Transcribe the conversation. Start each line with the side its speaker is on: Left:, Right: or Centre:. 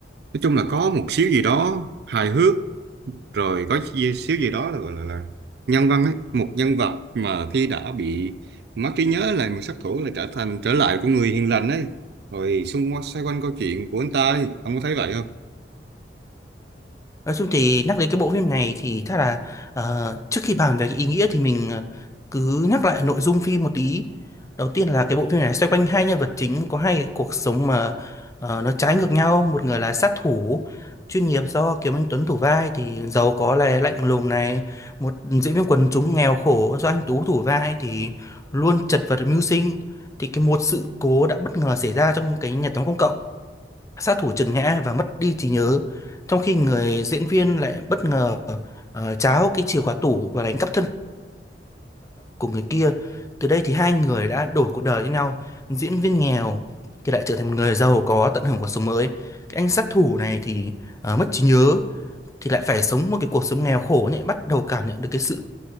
Right: Nói chung là có một xíu gì đó hài hước rồi có chi- xíu gì đó là gọi là, là nhân văn ấy một nhân vật mà khi đã bị mất trí nhớ là một sát thủ lại trở thành trở lại con người hiền lành ấy rồi xung quanh xoay quanh câu chuyện của anh ta ấy. ông có thấy vậy không
Left: Nói chung thì nhắc đến cái bộ phim này thì chắc là ờ, trước khi bàn về cái ý nghĩa thì mình ờ, cứ nhắc lại nội dung phim một tí. Đầu tiên là cái bộ phim này xoay quanh hai nhân vật chính có hai cái cuộc sống mà ờ, nó trái ngược nhau. Một người là sát thủ chuyên nghiệp do Kiều Anh Tuấn thủ vai thì giàu có này, lạnh lùng này. Một diễn viên quần chúng nghèo khổ do anh Tú thủ vai thì luôn chật vật mưu sinh. Thì cái một sự cố đã bất ngờ xảy ra trong cái nhà tắm công cộng sát thủ trượt ngã và mất đi trí nhớ trong khi người diễn viên lại bất ngờ ờ, tráo cái chìa khóa tủ và đánh cắp thân của người kia từ đây thì hai người đã đổi cuộc đời với nhau diễn viên nghèo thì lại trở thành một người giàu có tận hưởng cuộc sống mới cái anh sát thủ này thì ờ, mất trí nhớ thì lại phải sống một cái cuộc sống nghèo khổ nhẹ bắt đầu cảm nhận được cái sự